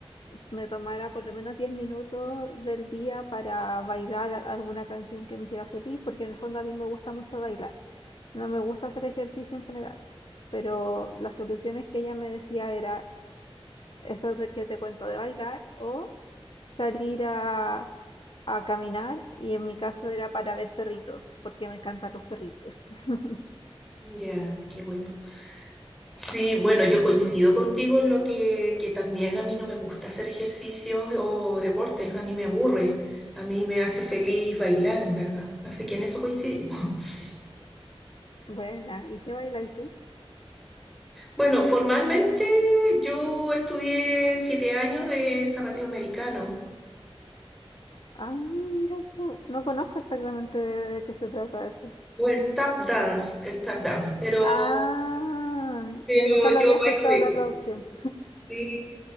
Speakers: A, on the left; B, in the centre.
A: me tomara por lo menos 10 minutos del día para bailar a- alguna canción que me hiciera feliz, porque en el fondo a mí me gusta mucho bailar. No me gusta hacer ejercicio en general, pero las soluciones que ella me decía era esto de que te cuento de bailar o salir a, a caminar y en mi caso era para ver perritos, porque me encantan los perritos. <laughs>
B: Ya, qué bueno. Sí, bueno, yo coincido contigo en lo que, que también a mí no me gusta hacer ejercicios o deportes, a mí me aburre, a mí me hace feliz bailar, en verdad. Así que en eso coincidimos. <laughs>
A: Buena, ¿y qué bailas tú?
B: Bueno, formalmente yo estudié siete años de zapateo americano
A: Ah, mira, tú. no conozco exactamente de qué se trata eso.
B: o el tap dance, el tap dance, pero,
A: Ah,
B: pero
A: ya nunca lo
B: yo
A: había escuchado
B: bailo de
A: la
B: todo.
A: traducción.
B: sí.